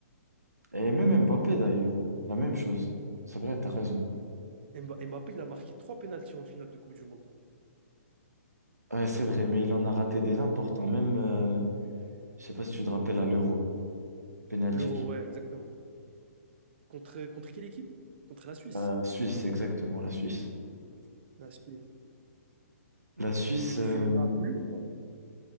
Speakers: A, on the right; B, on the right.
A: Et même Mbappé d'ailleurs, hein. la même chose. C'est vrai, t'as raison.
B: Mba- Mbappé, il a marqué trois pénaltys en finale de Coupe du Monde.
A: Ouais, c'est vrai, mais il en a raté des importants. Même, euh, je sais pas si tu te rappelles à l'Euro, le penalty
B: L'Euro,
A: qu'il,
B: ouais, exactement. Contre, contre quelle équipe? Contre la Suisse.
A: Euh, la Suisse, exactement, la Suisse.
B: La Suisse.
A: La Suisse, euh,
B: Tu lui en voulu ou pas?